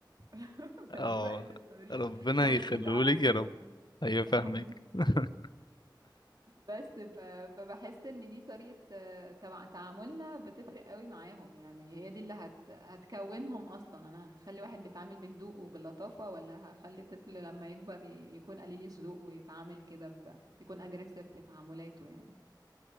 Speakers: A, on the right; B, on the left.
A: <laughs> فدي
B: اه
A: بقت الطريقة
B: ربنا
A: هو مش
B: يخليهولك
A: متعود
B: يا
A: مني
B: رب ايوه
A: <laughs>
B: فاهمك <laughs>
A: بس ف... فبحس ان دي طريقة آه، تبع تعاملنا بتفرق قوي معاهم يعني هي دي اللي هت... هتكونهم اصلا انا هخلي واحد بيتعامل بهدوء وباللطافة ولا هخلي طفل لما يكبر ي... يكون قليل الذوق ويتعامل كده ب... يكون اجريسيف في تعاملاته يعني